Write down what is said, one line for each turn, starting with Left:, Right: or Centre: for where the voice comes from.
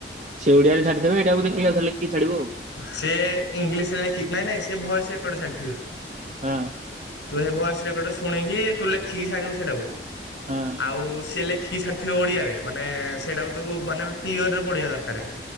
Right: ସେ ଓଡିଆରେ ଛାଡିଦେବେ ଏଇଟାକୁ ଦେଖିକି ଆଉ ଥରେ ଲେଖିକି ଛାଡିବୁ ଆଉ ହଁ।
Left: ସେ ଇଂଲିଶରେ ଲଖ ନାଇଁ ନାଇଁ ସେ ଭୟସ ରେକାର୍ଡ ଛାଡିଥିବେ।
Right: ହଁ।
Left: ତୁ ଭଏସ ରେକର୍ଡ ଶୁଣିକି ତୁ ଲେଖିକିଛଡ଼ିବୁ ସେଇଟାକୁ।
Right: ହଁ
Left: ଆଉ ସିଏ ଲେଖିକି ଛାଡିଥିବ ଓଡିଆରେ ମାନେ ମାନେ ସେଇଟାକୁ ତୁ ମାନେ କ୍ୟରରେ ପଢିବା ଦରକାର।